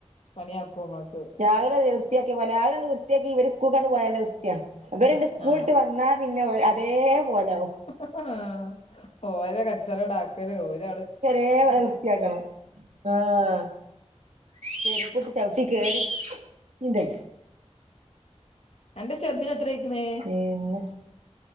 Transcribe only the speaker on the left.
പണിയാക്കുംമ്മക്ക്
ആഹ്
ഹഹ ആ ഓര കച്ചറണ്ടാക്കല് ഓര്ട
അന്റെ ചെർദിന്എത്രഅയിക്ക്ണ്